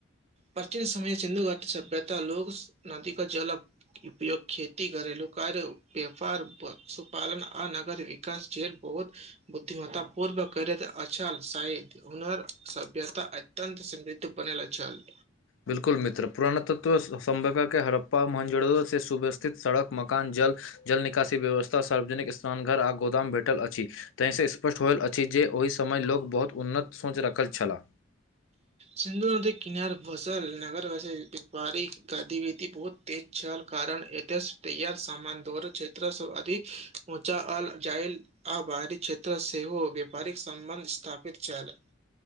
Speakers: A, on the right; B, on the left.
A: प्राचीन समय सिन्धु घाट सभ्यता लोग नदी क जल उयोग खेती करलू कार्य व्यपार पशुपालन आ नगर विकास जेल बहुत बुद्धिमता पूर्व कर अचल शायत हुनर सभ्यता अत्यंत समृद्ध बनेेल छल
B: बिलकुल मित्र पुरानतत्व संभभ के हड़प्पा मजरु से सुबस्थित सड़क मकान जल जल निकासी व्यवस्था सार्वजनिक स्नानघर आ गोदाम भेटल अछि ताहिसँ स्पष्ट होल अछि जे ओहि समय लोक बहुत उन्नत सोच रखल छलाह
A: सिंधु नदी किनार बसल नागर गस बड़ी गतिविधि बहुत तेज छल कारण एत तैयार सामान दर क्षेत्र स अधि पहुँचा आल जायल आ बाहरी क्षेत्र सेहो व्यापारिक सम्बन्ध स्थापित छल